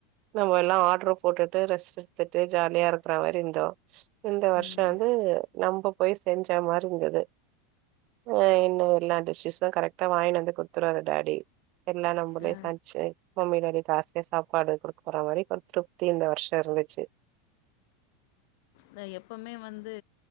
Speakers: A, on the right; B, on the left.
A: நம்ம எல்லா ஆட்ரு போட்டுட்டு ரெஸ்ட் எடுத்துட்டு ஜாலியா இருக்கற மாரி இருந்தோ இந்த வருஷ
B: ம்
A: வந்து நம்ப போய் செஞ்ச மாரி இருந்தது ஆ என்ன எல்லா டிஷ்ஸஸு கரெக்டா வாய்ன்னு வந்து குடுத்துருவாரு டாடி எல்லா நம்பளே
B: அ
A: சம்ச்சு மம்மி டாடி காஸ் செர் சாப்பாடு குடுக்க போற மாரி ஒரு திருப்தி இந்த வருஷோ இருந்துச்சி
B: தா எப்போமே வந்து